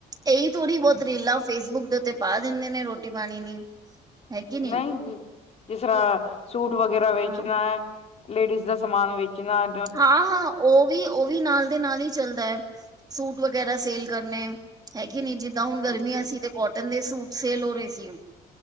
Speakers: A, on the right; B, on the left.
A: ਇਹੀ ਥੋੜ੍ਹੀ ਬਹੁਤ ਰੀਲਾਂ ਫੇਸਬੁੱਕ ਦੇ ਉੱਤੇ ਪਾ ਦਿੰਦੇ ਨੇ ਰੋਟੀ ਪਾਣੀ ਦੀ ਹੈਗੀ ਨੀ
B: ਨਹੀਂ ਜੀ ਜਿਸ ਤਰ੍ਹਾਂ ਸੂਟ ਵਗੈਰਾ ਵੇਚਣਾ
A: ਹਾਂ
B: ਹੈ ਲੇਡੀਜ਼ ਦਾ ਸਮਾਨ ਵੇਚਣਾ
A: ਹਾਂ-ਹਾਂ ਉਹ ਵੀ ਉਹ ਵੀ ਨਾਲ ਦੇ ਨਾਲ ਹੀ ਚਲਦਾ ਹੈ ਸੂਟ ਵਗੈਰਾ ਸੇਲ ਕਰਨੇ ਹੈਗੇ ਨਹੀਂੀ ਜਿੱਦਾਂ ਹੁਣ ਗਰਮੀਆਂ
B: ਅੱਛਾ
A: ਸੀ ਤੇ ਕੋਟਨ ਦੇ ਸੂਟ ਸੇਲ ਹੋ ਰਹੇ ਸੀ